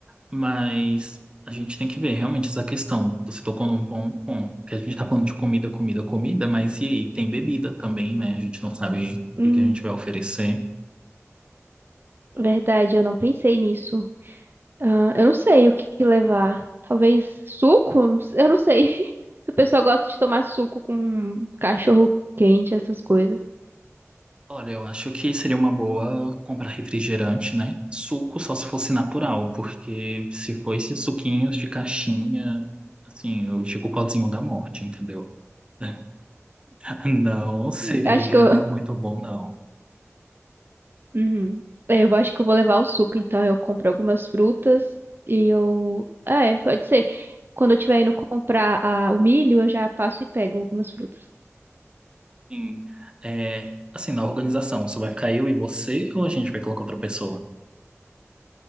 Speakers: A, on the right; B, on the right.
A: Mas a gente tem que ver realmente essa questão. Você tocou num bom ponto, que a gente tá falando de comida, comida, comida, mas e aí? Tem bebida também, né? A gente não sabe o
B: Hum.
A: que que a gente vai oferecer.
B: Verdade, eu não pensei nisso. Ah, eu não sei o que que levar. Talvez suco? Não sei- Eu não sei. <laughs> o pessoal gosta de tomar suco com cachorro quente, essas coisas.
A: Olha, eu acho que seria uma boa comprar refrigerante, né? Suco só se fosse natural, porque se for esses suquinhos de caixinha, assim, eu digo o pauzinho da morte, entendeu? É. Não seria
B: Acho que eu
A: muito bom, não.
B: Uhum. É, Eu acho que eu vou levar o suco, então eu compro algumas frutas e eu. É, pode ser. Quando eu estiver indo comprar a- o milho, eu já passo e pego algumas frutas.
A: Sim. É, assim, na organização, só vai ficar eu e você ou a gente vai colocar outra pessoa?